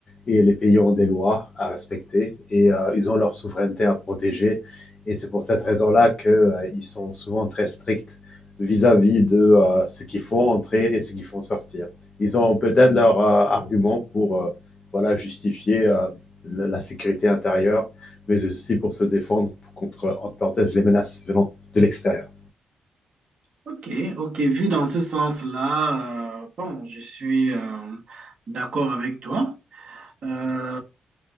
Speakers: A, on the left; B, on the right.
A: et les pays ont des lois à respecter et euh, ils ont leur souveraineté à protéger. Et c'est pour cette raison-là qu'ils sont souvent très stricts vis-à-vis de euh, ce qu'ils font entrer et ce qu'ils font sortir. Ils ont peut-être leur euh, argument pour euh, voilà, justifier euh, la, la, sécurité intérieure, mais aussi pour se défendre contre, entre parenthèses, les menaces venant de l'extérieur.
B: Ok, ok, vu dans ce sens-là, euh, bon, je suis euh, d'accord avec toi. Euh,